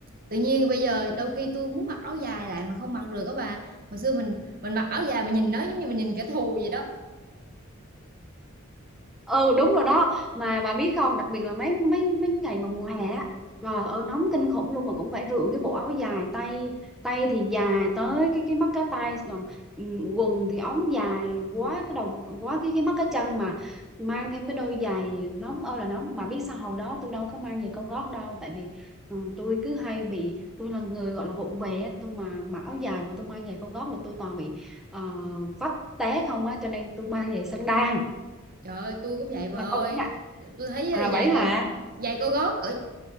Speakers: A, on the right; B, in the centre.
A: tự nhiên bây giờ đôi khi tôi muốn mặc áo dài lại mà không mặc được các bà hồi xưa mình mình mặc áo dài mà nhìn nó giống như mình nhìn kẻ thù vậy đó
B: ừ đúng rồi đó mà bà biết không đặc biệt là mấy mấy mấy ngày mà mùa hè á trời ơi nóng kinh khủng luôn mà cũng phải rượn cái bộ áo dài tay tay thì dài tới cái cái mắt cá tay rồi, ừ, quần thì ống dài quá cái đầu quá cái cái mắt cá chân mà mang thêm cái đôi giày nóng ơi là nóng bà biết sao hồi đó tôi đâu có mang giày cao gót đâu tại vì ừ, tôi cứ hay bị tôi là người gọi là vụng về á, tôi mà mặc áo dài mà tôi mang giày cao gót là tôi toàn bị ờ, vấp té không á cho nên tôi mang giày xăng đan
A: Trời ơi, tôi cũng vậy bà
B: mà
A: ơi.
B: công nhận
A: Tôi thấy
B: à vậy
A: giày
B: hả
A: cao giày cao gót ở